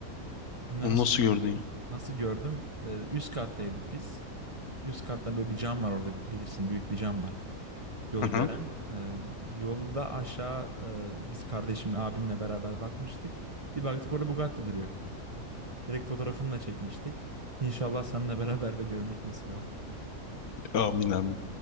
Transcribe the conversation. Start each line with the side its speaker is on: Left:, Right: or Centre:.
Right: Hem de
Left: Onu
Right: nasıl
Left: nasıl gördün ya?
Right: Nasıl gördüm? Ee, üst kattaydık biz. Üst katta böyle bir cam var orada bilirsin büyük bir cam var. Yolu
Left: Aha.
Right: gören. Ee, yolda aşağı e, biz kardeşimle abimle beraber bakmıştık. Bir baktık orada Bugatti duruyor. Direkt fotoğrafını da çekmiştik. İnşallah seninle beraber de görmek nasip olur.
Left: Amin amin.